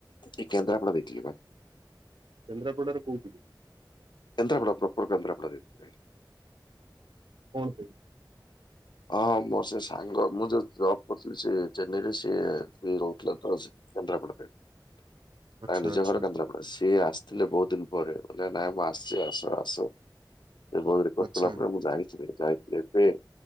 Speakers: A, on the left (about 65°); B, on the right (about 70°).
A: ଏ କେନ୍ଦ୍ରପଡା ଯାଇଥିଲି ବା
B: କେନ୍ଦ୍ରାପଡ଼ାର କୋଉଠି କି?
A: କେନ୍ଦ୍ରାପଡ଼ା ପ୍ରପର କେନ୍ଦ୍ରାପଡ଼ା ଯାଇଥିଲି।
B: କଣ ପାଇଁ?
A: ହଁ ହଁ ମୋର ସେ ସାଙ୍ଗ ମୁଁ ଯୋଉ ଜବ କରିଥିଲି ସେ ଚେନ୍ନାଇ ରେ ସିଏ ରହୁଥିଲା ତ ସେ କେନ୍ଦ୍ରାପଡାରେ ତା
B: ଆଚ୍ଛା
A: ନିଜ
B: ଆଚ୍ଛା
A: ଘର କେନ୍ଦ୍ରାପ ସିଏ ଆସିଥିଲେ ବହୁତ ଦିନ ପରେ କହିଲେ ନାଇଁ ମୁଁ ଆସି ଟିକେ ଆସ ଆସ, ସେ ବହୁତ ରିକୁଏଷ୍ଟ
B: ଆଚ୍ଛା
A: କରିଲା ପରେ ମୁଁ ଜାଇଥିଲି ଯାଇଥିଲି ଏବେ।